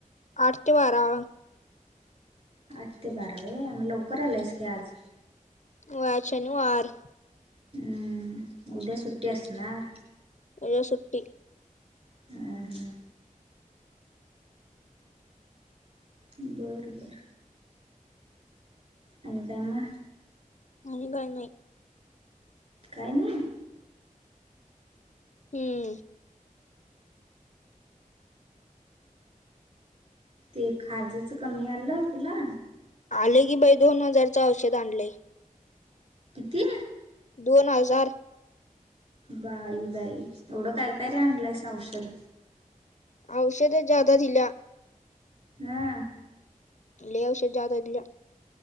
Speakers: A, on the left; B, on the right.
A: आठ तें बारा.
B: आठ ते बारा व लवकर आलायस की आज?
A: होय आज शनिवार.
B: हम्म उद्या सुट्टी असणार.
A: उद्या सुट्टी.
B: ह हा. बरं बरं. आणि काय मग?
A: आणि काय नाही.
B: काय नाय.
A: हम्म.
B: ते खाजंच कमी आलं तुला?
A: आले की बाई दोन हजारच औषध आणलंय.
B: किती?
A: दोन हजार.
B: बााई बाई एवढ कय काय आणलासा औषध?
A: औषध जादा दिला.
B: हा.
A: लय औषध ज्यादा दिलंय.